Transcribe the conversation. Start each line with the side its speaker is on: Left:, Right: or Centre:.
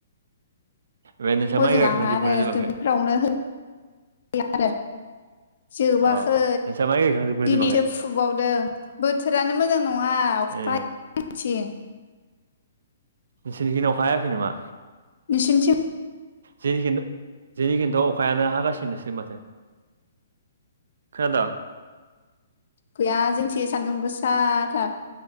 Right: ओमफ्राय नोंस्रा
Left: हजों
Right: माइ गायखांजोबगोना
Left: लाङा आरो
Right: जोबाखै
Left: दुब्लिफोरावनो होयो आरो। जोबाखै
Right: अ नोंस्रा माइ गायखांजोबगोना
Left: दिनैसो
Right: जोबाखै
Left: फुबावदों बोथोरानो मोजां नङा अखा
Right: ए
Left: गांथिं
Right: नोंसोरनिखिनि अख हायाखै नामा?
Left: नोसनथिम
Right: जेनिथु जोंनि खिन्थु अखायानो हागासिनो माथ खुनादो?
Left: गैया जोंथि सान्दुंबोसाथार